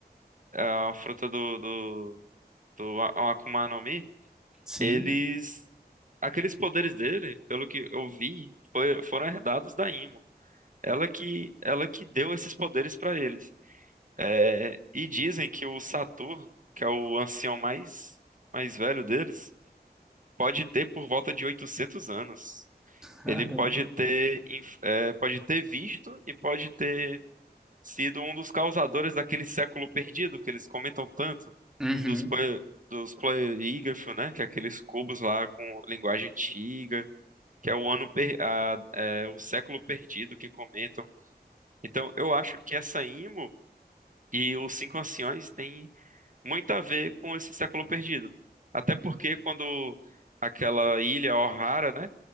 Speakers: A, on the right (about 50°); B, in the centre.
A: A fruta do, do, do A- um Akuma no Mi,
B: sim.
A: eles. Aqueles poderes dele, pelo que eu vi, foi- foram herdados da Imo. Ela que, ela que deu esses poderes para eles. É, e dizem que o Saturno, que é o ancião mais, mais velho deles, pode ter por volta de 800 anos.
B: Caramba.
A: Ele pode ter, inf- é, pode ter visto e pode ter sido um dos causadores daquele século perdido que eles comentam tanto,
B: Uhum,
A: dos, pla- dos Pleirígrafos, né? Que é aqueles cubos lá com linguagem antiga, que é o ano per- a- é, o século perdido que comentam. Então, eu acho que essa IMO e os Cinco Anciões têm muito a ver com esse século perdido. Até porque quando aquela ilha O'Hara, né,